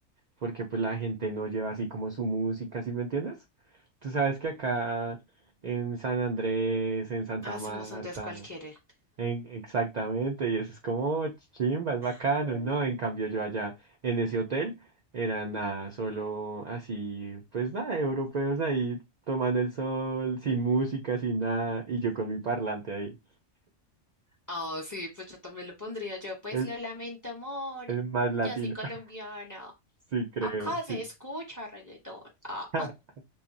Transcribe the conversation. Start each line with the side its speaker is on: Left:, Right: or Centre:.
Right: porque pues la gente no lleva así como su música, ¿sí me entiendes? Tú sabes que acá en San Andrés, en Santa
Left: Ah,
Right: Marta,
Left: somos un dos cualquiera.
Right: En- exactamente, y eso es como chimba, es bacano,
Left: <laughs>
Right: ¿no? En cambio yo allá en ese hotel era nada, solo así, pues nada, europeos ahí tomando el sol, sin música, sin nada, y yo con mi parlante ahí,
Left: Oh, sí, pues yo también lo pondría yo. Pues
Right: el,
Left: lo lamento, amor.
Right: el más latino,
Left: Yo soy colombiana.
Right: <laughs> sí creo,
Left: Acá
Right: sí.
Left: se escucha reggaetón. Ah.
Right: <laughs>